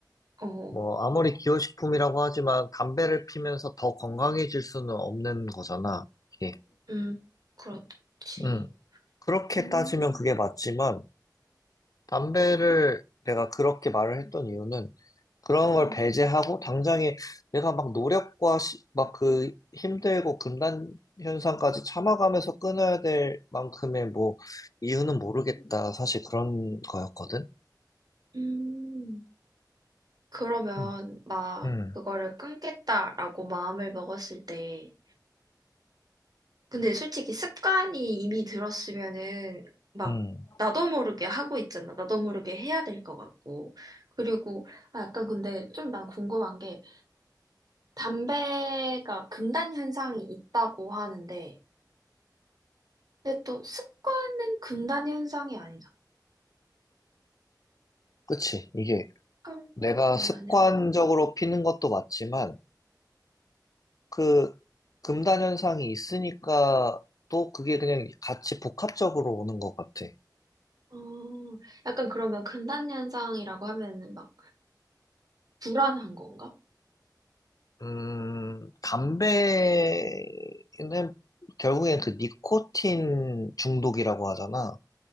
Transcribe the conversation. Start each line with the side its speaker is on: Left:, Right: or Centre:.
Right: 어,
Left: 뭐, 아무리 기호식품이라고 하지만 담배를 피면서 더 건강해질 수는 없는 거잖아, 이게.
Right: 음, 그렇지.
Left: 음. 그렇게
Right: 음,
Left: 따지면 그게 맞지만, 담배를 내가 그렇게 말을 했던 이유는 그런 걸
Right: 음,
Left: 배제하고 당장에 내가 막 노력과 막 그 힘들고 금단 현상까지 참아가면서 끊어야 될 만큼의 뭐 이유는 모르겠다. 사실 그런 거였거든.
Right: 음. 그러면
Left: 음.
Right: 막
Left: 음.
Right: 그거를 끊겠다라고 마음을 먹었을 때, 근데 솔직히 습관이 이미 들었으면은 막
Left: 음.
Right: 나도 모르게 하고 있잖아. 나도 모르게 해야 될 것 같고. 그리고 아, 약간 근데 좀 난 궁금한 게 담배가 금단 현상이 있다고 하는데, 근데 또 습관은 금단 현상이 아니다.
Left: 그치. 이게
Right: 습관과
Left: 내가
Right: 금단
Left: 습관적으로
Right: 현상.
Left: 피는 것도 맞지만 그 금단 현상이 있으니까 또 그게 그냥 같이 복합적으로 오는 것 같아.
Right: 어, 약간 그러면 금단현상이라고 하면은 막 불안한 건가?
Left: 음, 담배는 결국엔 그 니코틴 중독이라고 하잖아.